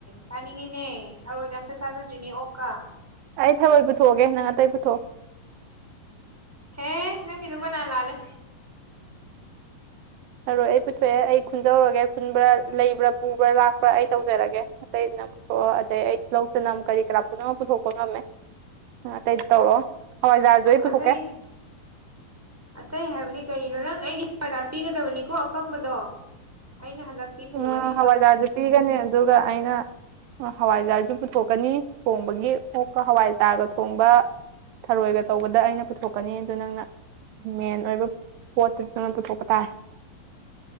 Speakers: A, in the centre; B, on the right (about 85°).
A: ꯆꯥꯅꯤꯡꯉꯤꯅꯦ ꯊꯔꯣꯏꯒ ꯑꯝꯇ ꯆꯥꯖꯗ꯭ꯔꯤꯅꯦ ꯑꯣꯛ ꯀꯥ
B: ꯑꯩ ꯊꯔꯣꯏ ꯄꯨꯊꯣꯛꯑꯒꯦ ꯅꯪ ꯑꯇꯩ ꯄꯨꯊꯣꯛꯑꯣ
A: ꯍꯦ ꯅꯪꯒꯤꯗꯨ ꯕꯅꯥꯟ ꯂꯥꯜꯂꯦ
B: ꯊꯔꯣꯏ ꯑꯩ ꯄꯨꯊꯣꯛꯑꯦ ꯑꯩ ꯈꯨꯟꯖꯧꯔꯒꯦ ꯈꯨꯟꯕ꯭ꯔꯥ ꯂꯩꯕ꯭ꯔꯥ ꯄꯨꯕ꯭ꯔꯥ ꯂꯥꯛꯄ꯭ꯔꯥ ꯑꯩ ꯇꯧꯖꯔꯒꯦ ꯑꯇꯩ ꯅꯪ ꯄꯨꯊꯣꯛꯑꯣ ꯑꯗꯩ ꯑꯩ ꯇꯤꯜꯂꯧ ꯆꯅꯝ ꯀꯔꯤ ꯀꯔꯥ ꯄꯨꯝꯅꯃꯛ ꯄꯨꯊꯣꯛꯄ ꯉꯝꯃꯦ ꯑꯇꯩꯗꯤ ꯇꯧꯔꯣ ꯍꯋꯥꯏꯖꯔꯖꯨ ꯑꯩ
A: ꯑꯇꯩ
B: ꯄꯨꯊꯣꯛꯀꯦ
A: ꯑꯇꯩ ꯍꯥꯏꯕꯗꯤ ꯀꯔꯤꯅꯣ ꯅꯪ ꯑꯩꯒꯤ ꯑꯣꯔꯗꯥꯔ ꯄꯤꯒꯗꯕꯅꯤꯀꯣ ꯑꯀꯪꯕꯗꯣ ꯑꯩꯅ ꯍꯟꯗꯛꯇꯤ ꯄꯨꯒꯅꯤ
B: ꯎꯝ ꯍꯋꯥꯏꯖꯥꯔꯁꯨ
A: ꯅꯪ
B: ꯄꯤꯒꯅꯤ ꯑꯗꯨꯒ ꯑꯩꯅ ꯍꯋꯥꯏꯖꯥꯔꯁꯨ ꯄꯨꯊꯣꯛꯀꯅꯤ ꯊꯣꯡꯕꯒꯤ ꯑꯣꯛꯀ ꯍꯋꯥꯏꯖꯥꯔꯒ ꯊꯣꯡꯕ ꯊꯔꯣꯏꯒ ꯇꯧꯕꯗ ꯑꯩꯅ ꯄꯨꯊꯣꯛꯀꯅꯤ ꯑꯗꯨ ꯅꯪꯅ ꯃꯦꯟ ꯑꯣꯏꯕ ꯄꯣꯠꯇꯨꯅ ꯅꯪꯅ ꯄꯨꯊꯣꯛꯄ ꯇꯥꯔꯦ